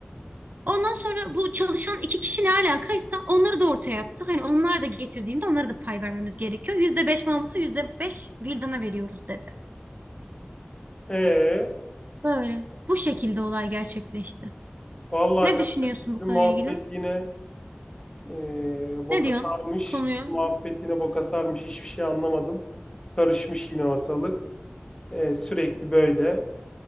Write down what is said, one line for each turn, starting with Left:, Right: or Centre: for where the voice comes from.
Right: Ondan sonra bu çalışan iki kişi ne alakaysa onları da ortaya yaptı. Hani onlar da getirdiğinde onlara da pay vermemiz gerekiyor. Yüzde beş Mahmut'a yüzde beş Vildan'a veriyoruz dedi.
Left: Ee.
Right: Böyle. Bu şekilde olay gerçekleşti.
Left: vallahi
Right: Ne
Left: kanka
Right: düşünüyorsun
Left: bizim
Right: bu konuya
Left: muhabbet
Right: ilgili?
Left: yine e, boka
Right: Ne diyorsun
Left: sarmış.
Right: konuya?
Left: Muhabbet yine boka sarmış. Hiçbir şey anlamadım. Karışmış yine ortalık. E, sürekli böyle.